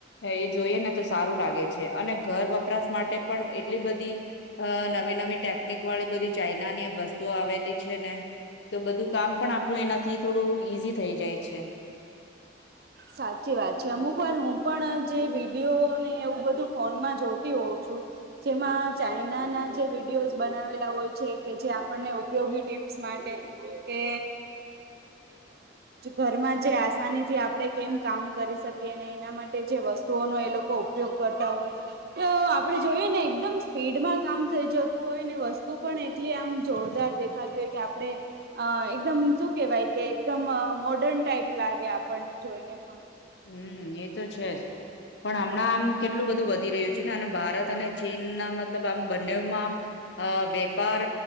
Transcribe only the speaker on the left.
એ જોઈએ ને તો સારું લાગે છે અને ઘર વપરાશ માટે પણ એટલી બધી અ નવી નવી ટેકનિક વાળી બધી ચાઈનાની વસ્તુઓ આવેલી છે ને તો બધું કામ પણ આપણું એનાથી થોડું ઈઝી થઈ જાય છે
હમ એ તો છે જ પણ હમણાં આમ કેટલું બધું વધી રહ્યું છે ને અને ભારત અને ચીનના મતલબ આમ બંનેમાં આમ અ વેપાર